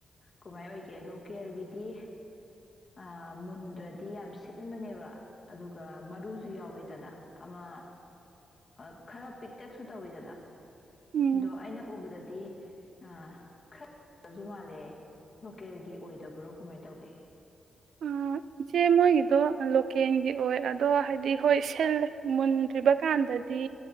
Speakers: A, on the left; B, on the right.
A: ꯀꯃꯥꯏ ꯑꯣꯏꯒꯦ ꯂꯣꯀꯦꯜꯒꯤꯗꯤ ꯑ ꯃꯨꯟꯗ꯭ꯔꯗꯤ ꯌꯥꯝ ꯁꯤꯟꯕꯅꯦꯕ ꯑꯗꯨꯒ ꯃꯔꯨꯖꯨ ꯌꯥꯎꯋꯤꯗꯅ ꯑꯃ ꯑ ꯈꯔ ꯄꯤꯛꯇꯛꯁꯨ ꯇꯧꯌꯤꯗꯅ
B: ꯎꯝ
A: ꯑꯗꯣ ꯑꯩꯅ ꯎꯕꯗꯗꯤ ꯑ ꯈꯠ ꯔꯖꯨ ꯃꯥꯜꯂꯦ ꯂꯣꯀꯦꯜꯒꯤ ꯑꯣꯏꯗꯕ꯭ꯔꯣ ꯀꯨꯃꯥꯏ ꯇꯧꯒꯦ
B: ꯎꯝ ꯏꯆꯦ ꯃꯣꯏꯒꯤꯗꯣ ꯂꯣꯀꯦꯜꯒꯤ ꯑꯣꯏ ꯑꯗꯣ ꯍꯥꯏꯗꯤ ꯍꯣꯏ ꯁꯤꯜꯂꯦ ꯃꯨꯟꯗ꯭ꯔꯤꯕ ꯀꯥꯟꯗꯗꯤ